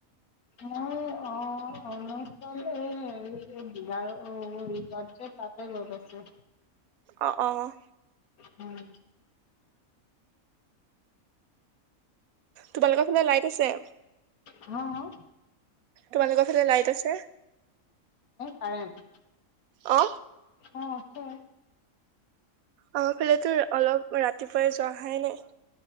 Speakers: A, on the left; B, on the right.
A: মই অ', অৰুণাচল এই <unintelligible> তাতে গৈ পাইছোঁ
B: অঁ, অঁ।
A: উম
B: তোমালোকৰ ফালে লাইট আছে?
A: অ
B: তোমালোকৰ ফালে লাইট আছে?
A: কাৰেন্ট
B: অ
A: অ আছে
B: আমাৰ ফালেতো অলপ ৰাতিপুৱাই যোৱা আহাই নাই